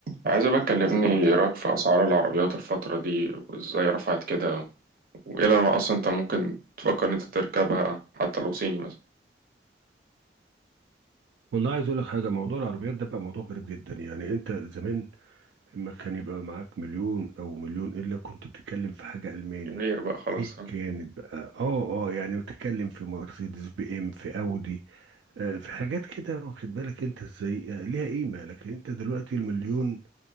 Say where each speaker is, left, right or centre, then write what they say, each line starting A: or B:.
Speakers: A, on the right; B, on the right.
A: عايز بقى تكلمني إيه رأيك في أسعار العربيات الفترة دي وإزاي رفعت كده وإيه أنواع أصلا أنت ممكن تفكر إن أنت تركبها حتى لو صيني مثلا
B: والله عايز اقول لك حاجه موضوع العربيات ده بقى موضوع غريب جدا يعني انت زمان لما كان يبقى معاك مليون او مليون الا كنت بتتكلم في حاجه الماني
A: مليونير بقى خلاص
B: ايا
A: ها
B: كانت بقى اه اه يعني بتتكلم في مرسيدس بي ام في اودي آه في حاجات كده واخد بالك انت ازاي آه ليها قيمه لكن انت دلوقتي المليون